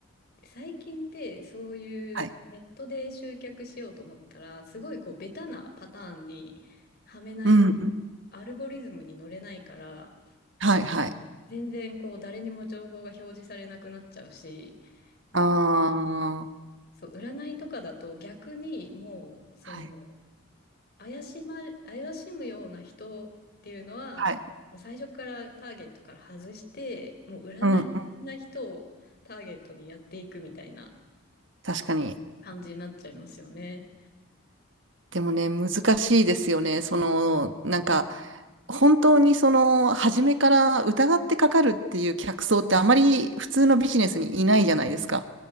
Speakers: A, on the left (about 45°); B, on the right (about 60°).
A: 最近ってそういうネットで集客しようと思ったら、
B: はい。
A: すごいこうベタなパターンにはめないと、
B: うん、うん。
A: アルゴリズムに乗れないから、
B: はい、はい。
A: 全然こう誰にも情報が表示されなくなっちゃうし、だから
B: ああ、
A: そう、占いとかだと逆にもうその
B: はい。
A: 怪しま、怪しむような人っていうのは、
B: はい。
A: もう最初からターゲットから外して、もう占いな人をターゲットにやっていくみたいな
B: うん、うん。確かに。
A: 感じになっちゃいますよね。
B: でもね、難しいですよね。その、なんか、本当にその、初めから疑ってかかるっていう客層ってあまり普通のビジネスにいないじゃないですか。